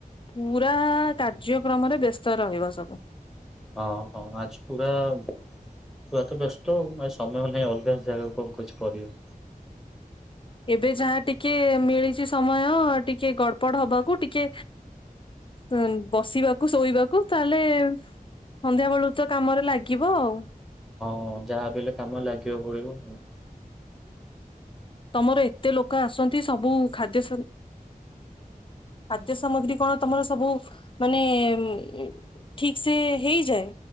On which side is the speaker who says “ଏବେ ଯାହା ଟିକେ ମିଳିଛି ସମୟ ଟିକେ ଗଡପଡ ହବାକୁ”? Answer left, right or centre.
Left